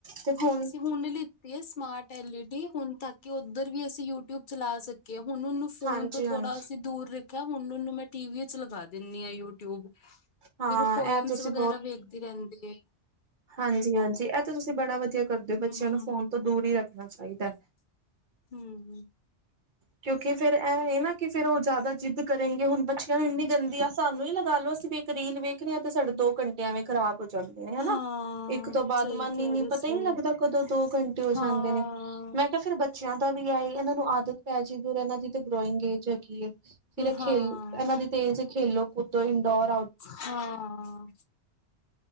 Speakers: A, on the right (about 45°); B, on the left (about 55°).
A: ਤੇ ਹੁਨ
B: ਹੁਨ ਲਿੱਤੀ ਏ ਸਮਾਰਟ ਐਲ ਈ ਡੀ ਹੁਨ, ਤਾਕਿ ਓਧਰ ਵੀ ਅਸੀ ਯੂਟਊਬ ਚਲਾ ਸਕ ਹੁਨ, ਓਹਨੂ ਫੋਨ
A: ਹਾਂਜੀ
B: ਤੋ ਥੋੜਾ
A: ਹਾਂਜੀ
B: ਅਸੀ ਦੂਰ ਰਖਿਆ, ਹੁਨ ਉਨੂ ਮੈਂ ਟੀਵੀ ਏਚ ਲਗਾ ਦੇਂਨੀ ਆ ਯੂ ਟਿਯੂਬ,
A: ਹਾਂ
B: ਫਿਰ ਓ ਪੋਏਮਸ
A: ਇਹ ਤੁਸੀਂ
B: ਵਗੈਰਾ ਵੇਖਦੀ ਰਹਿੰਦੀ ਏ।
A: ਹਾਂਜੀ-ਹਾਂਜੀ, ਐ, ਤੇ ਤੂਸੀ ਬੜਾ ਵਧੀਆ ਕਰਦੇ ਓ,
B: ਹੂੰ,
A: ਬੱਚਿਆਂ ਨੂ ਫੋਨ ਤੋਂ ਦੂਰ ਈ ਰਖਨਾ ਚਾਈਦਾ।
B: ਹੂੰ।
A: ਕਿਉਂਕਿ ਫਿਰ ਐ ਹੇਨਾ ਕਿ ਫਿਰ ਓ ਜਾਦਾ ਜਿੱਦ ਕਰੇਂਗੇ, ਹੁਨ ਬੱਚਿਆਂ ਨੂ ਇਨੀ ਗੰਦੀਆ ਸਾੰਨੁ ਈ ਲਗਾਲੋ ਅਸੀ ਵੀ ਰੀਲ ਵੇਖਨੀਆ ਤੇ ਸਾਡੇ ਦੋ ਘੰਟੇ ਐਂਵੇ ਖਰਾਬ ਹੋ ਜਾਂਦੇ ਨੇ, ਹੈਨਾ।
B: ਹਾਂ
A: ਇਕ ਤੋ ਬਾਦ
B: ਸਹੀ
A: ਮਨ
B: ਕਿਹਾ
A: ਈ ਨੀ,
B: ਤੁਸੀਂ
A: ਪਤਾਈ ਨੀ ਲਗਦਾ ਕਦੋ ਦੋ ਘੰਟੇ ਹੋ
B: ਹਾਂ,
A: ਜਾਂਦੇ ਨੇ, ਮੈਂ ਕਿਆ, ਫਿਰ ਬੱਚਿਆਂ ਦਾ ਵੀ ਐਈ ਇਹਨਾਂ ਨੂ ਆਦਤ ਪੈਜੇਗੀ ਓਹਦੇ ਨਾ, ਜੀਦੀ ਗ੍ਰੋਈੰਗ ਏਜ ਹੈਗੀਏ, ਫਿਰ ਐ, ਖੇਲ
B: ਹਾਂ,
A: ਇਹਨਾ ਦੀ ਤੇਜ ਖੇਲੋ, ਕੂੱਦੋ, ਇੰਡੋਰ
B: ਹਾਂ!